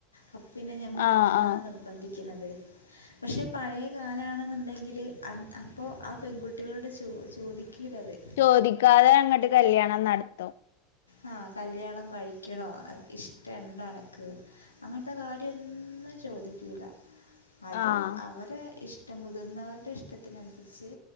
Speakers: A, on the left; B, on the left.
A: അപ്പ്‌ പിന്നെ ഞമ്മളെന്തിനാ
B: ആഹ് ആഹ്
A: നിർബന്ധിക്കുന്നത്. പഷേ പഴയ കാലമാണെന്നുണ്ടെങ്കില് അ അപ്പൊ ആ പെൺകുട്ടികളോട് ചോ ചോദിക്യൂലത്.
B: ചോദിക്കാതെ അങ്ങട്ട് കല്ല്യാണം നടത്തും.
A: ആഹ് കല്യാണം കഴിക്കണോ ഇഷ്ടണ്ടോ അനക്ക് അങ്ങൻത്തെ കാര്യൊന്നും ചോദിക്കൂല അത്
B: ആഹ്
A: അവരെ ഇഷ് ടം മുതിർന്നവരുടെ ഇഷ്ടത്തിനനുസരിച്ച്